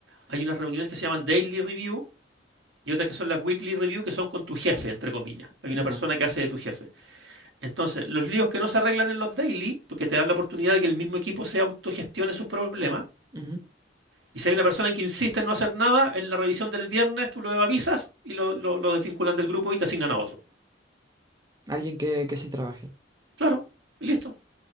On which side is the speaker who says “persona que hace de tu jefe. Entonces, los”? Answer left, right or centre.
Right